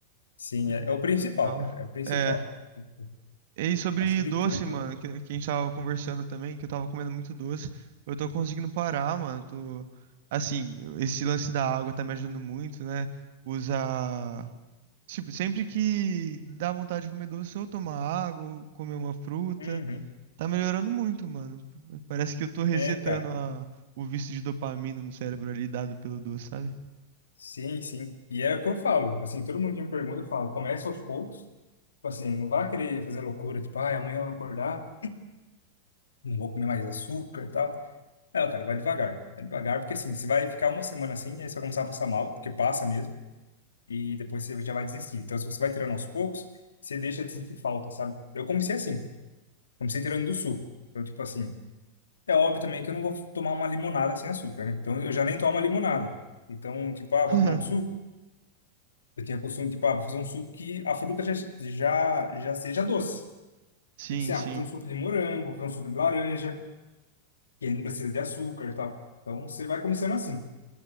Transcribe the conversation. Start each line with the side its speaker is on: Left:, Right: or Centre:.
Left: Sim, é,
Right: No
Left: é o principal,
Right: no final.
Left: cara. É o principal.
Right: É.
Left: Tipo,
Right: E sobre
Left: acho que de
Right: doce,
Left: tudo.
Right: mano, que, que a gente tava conversando também, que eu tava comendo muito doce. Eu tô conseguindo parar, mano. eu Tô, assim, eu- esse lance da água tá me ajudando muito, né? Usar. Tipo, sempre que dá vontade de comer doce, eu tomar água, ou comer uma fruta.
Left: Uhum.
Right: Tá melhorando muito, mano. Parece que eu tô resetando
Left: É, cara.
Right: a, o vício de dopamina no cérebro ali dado pelo doce, sabe?
Left: Sim, sim. E é o que eu falo. Assim, todo mundo que me pergunta, eu falo, começa aos poucos. Tipo assim, não vá querer fazer loucura, tipo, ai, amanhã eu vou acordar, não vou comer mais açúcar e tal. É, cara, vai devagar. Vai devagar, porque assim, você vai ficar uma semana assim, aí você vai começar a passar mal, porque passa mesmo, e depois você já vai desistir. Então, se você vai tirando aos poucos, você deixa de sentir falta, sabe? Eu comecei assim, comecei tirando do suco. Então, tipo assim, é óbvio também que eu não vou tomar uma limonada sem açúcar, né? Então, eu já nem tomo uma limonada. Então, tipo, ah, vou
Right: <laughs>
Left: tomar um suco. Eu tinha costume, tipo, ah, vou fazer um suco que a fruta já, já, já seja doce.
Right: Sim,
Left: Tipo assim, ah,
Right: sim.
Left: vou fazer um suco de morango, vou fazer um suco de laranja, que não precisa de açúcar e tal. Então você vai começando assim.